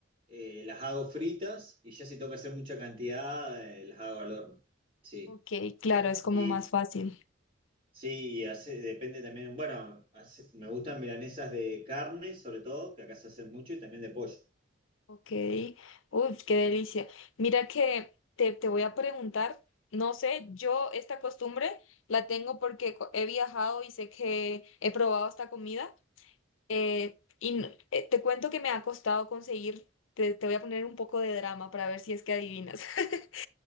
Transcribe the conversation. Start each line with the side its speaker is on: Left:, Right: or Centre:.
Right: eh, las hago fritas y ya si tengo que hacer mucha cantidad, eh, las hago al horno, sí.
Left: Ok, claro,
Right: Eh,
Left: es como
Right: y
Left: más fácil.
Right: sí, y hace- depende también, bueno, hace- me gustan milanesas de carne, sobre todo, que acá se hacen mucho, y también de pollo.
Left: Ok, uy, qué delicia. Mira que te, te voy a preguntar, no sé, yo esta costumbre la tengo porque co- he viajado y sé que he probado esta comida eh, y n- eh, te cuento que me ha costado conseguir, te, te voy a poner un poco de drama para ver si es que adivinas. <laughs>